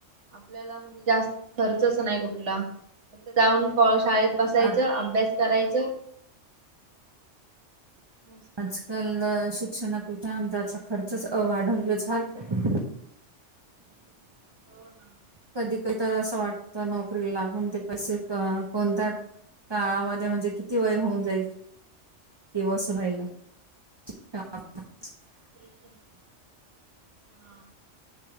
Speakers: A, on the right (about 70°); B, on the right (about 25°).
A: आपल्याला म्हणजे जास्त खर्चच नाही कुठला. फक्त जाऊन कवा शाळेत बसायचं,
B: आ
A: अभ्यास करायचं. मस्त.
B: आजकाल शिक्षणापेक्षा आमच्यांचा खर्चच वाढून झाला <inaudible>
A: हो ना
B: कधी कधी तर असं वाटतं, नोकरी लागून ते पैसे तर कोणत्या काळामध्ये म्हणजे किती वय होऊन जाईल. <unintelligible> <inaudible>
A: ते तर, हा.